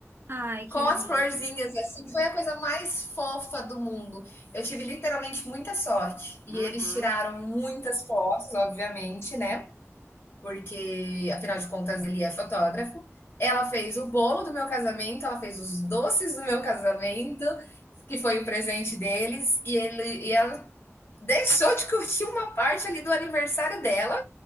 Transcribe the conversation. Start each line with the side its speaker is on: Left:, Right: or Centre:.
Right: Ai, que
Left: Com
Right: lindo.
Left: as florzinhas, assim, foi a coisa mais fofa do mundo. Eu tive literalmente muita sorte. E
Right: Uhum.
Left: eles tiraram muitas fotos, obviamente, né? porque afinal de contas ele é fotógrafo. Ela fez o bolo do meu casamento, ela fez os doces do meu casamento, que foi o presente deles, e ele e ela deixou de curtir uma parte ali do aniversário dela